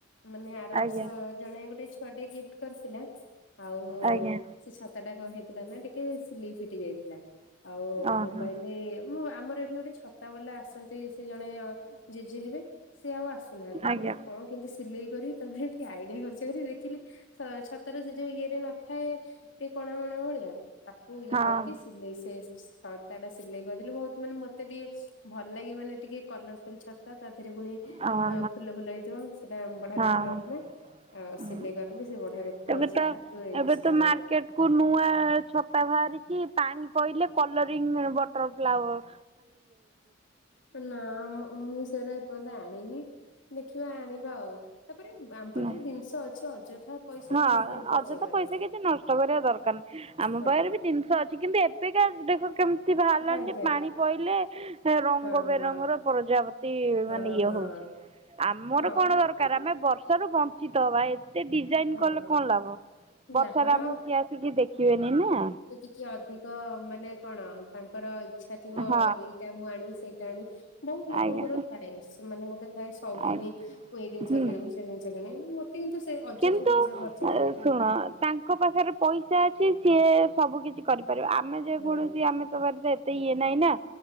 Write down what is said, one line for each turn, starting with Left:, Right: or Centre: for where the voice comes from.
Left: ମାନେ ଆର
Right: ଆଜ୍ଞା
Left: ବର୍ଷ ଜଣେ ଗୋଟେ ଛୁଆଟେ ଗିଫ୍ଟ କରିଥିଲା, ଆଉ
Right: ଆଜ୍ଞା
Left: ସେ ଛତାଟା କଣ ହେଇଥିଲା ନା ଟିକେ ସିଲେଇ ଫିଟି ଯାଇଥିଲା, ଆଉ
Right: ଓହୋ
Left: ମୁଁ କହିଲି ମୁଁ ଆମର ଏଠି ଗୋଟେ ଛତା ବାଲା ଆସନ୍ତି ସେ ଜଣେ ଜେଜେ ହେବେ, ସେ ଆଉ ଆସୁ ନାହାନ୍ତି,
Right: ଆଜ୍ଞା
Left: ମୁଁ କହିଲ କଣ କେମ୍ତି ସିଲେଇ କରିବି ତାପରେ ଟିକେ ଆଇଡିଆ ଖର୍ଚ୍ଚ କରି ଦେଖିଲି ତ ଛତାର ସେ ଯୋଉ ଇଏରେ ନଥାଏ ଟିକେ କଣା ମଣା ଭଳିଆ, ତାକୁ ଇଏ
Right: ହଁ
Left: କରିକି ସିଲେଇ ସେ ଛତାଟା ସିଲେଇ କରିଦେଲି ବହୁତ୍ ମାନେ ମତେ ଟିକେ ଭଲ୍ ଲାଗେ ମାନେ ଟିକେ କଲର୍ ଫୁଲ୍ ଛାତାଟା ତା ଧେରେ ପୁଣି
Right: ହଁ
Left: ଫୁଲ-ଫୁଲ ହେଇଥିବ। ସେଇଟା ବଢିଆ
Right: ହଁ
Left: ଦେଖା ହଉଥିଲା ଆଉ
Right: ହଁ।
Left: ସିଲେଇ କରିଦେଲି ସେ ବଢିଆ ଦେଖା
Right: ଏବେ
Left: ହାଉଛି
Right: ତ
Left: ତାକୁ ୟୁଜ
Right: ଏବେ ତ
Left: କରିବା
Right: ମାର୍କେଟ୍ କୁ ନୂଆ ଛତା ଭାରିଚି। ପାଣି ପଇଲେ କଲରିଂ ବଟର୍ <unintelligible>
Left: ନାଁ ମୁଁ <unintelligible> <unintelligible> ଆଣିନି ଦେଖିବା ଆଣିବା ଆଉ, ତାପରେ ଆମ ପାଖେରେ
Right: ହଁ।
Left: ଜିନିଷ ଅଛି ଅଯଥା ପଇସା
Right: ହଁ
Left: କଣ ପାଇଁ ଖର୍ଚ୍ଚ
Right: ଅଯଥା
Left: କରିବା।
Right: ପଇସା କିଛି ନଷ୍ଟ କରିବା ଦରକାର ନାହିଁ, ଆମ
Left: ହଁ
Right: ପାଖେରେ ବି ଜିନିଷ ଅଛି କିନ୍ତୁ ଏ ବେକା ଦେଖ କେମ୍ତି ବାହାରିଲାଣି
Left: ଆଜ୍ଞା
Right: ଯେ ପାଣି ପଇଲେ ରଙ୍ଗ
Left: ହଁ
Right: ବେରଙ୍ଗର
Left: ହଁ
Right: ପ୍ରଜାପ <unintelligible>
Left: ହଁ
Right: ମାନେ ଇଏ
Left: ହଁ।
Right: ହଉଚି ଆମର
Left: ହଁ
Right: କଣ ଦରକାର୍ ଆମେ ବର୍ଷା ରୁ ବ ଞ୍ଚିତ ହବା, ଏତେ ଡିଜାଇନ୍
Left: ହଁ
Right: କଲେ କଣ ଲାଭ, ବର୍ଷାରେ
Left: ଯାହାର
Right: ଆମୁକୁ କିଏ ଆସିକି ଦେଖିବେନି ନା।
Left: କି ଅଧିକ ମାନେ କଣ ତାଙ୍କର ଇଚ୍ଛା ଥିବ
Right: ହଁ
Left: ଏଇଟା ମୁଁ ଆଣିବି ସେଇଟା ଆଣିବି ବହୁତ୍ ଲୋକଙ୍କର
Right: ଆଜ୍ଞା
Left: <unintelligible> ସେମାନେ ଗୋଟେ ଥାଏ ସଉକିନି
Right: ଆଜ୍ଞା
Left: ମୁଁ ଏଇ ଜିନିଷ
Right: ହୁଁ।
Left: କିଣିବି ସେ ଜିନିଷ କିଣିବି ମୋତେ କିନ୍ତୁ ସେ ଅଯଥା
Right: ତ
Left: ପଇସା
Right: ଶୁଣ
Left: ଖର୍ଚ୍ଚ କରିବା ଭଲ ଲାଗେନି
Right: ତା ତାଙ୍କ ପାଖେରେ ପଇସା ଅଛି ସିଏ ସବୁ କିିଛି କରିପାରିବ, ଆମେ ଯେକୌଣସି
Left: ହଁ
Right: ଆମେ ତ <unintelligible> ତେ ଇଏ ନାଇଁ ନା,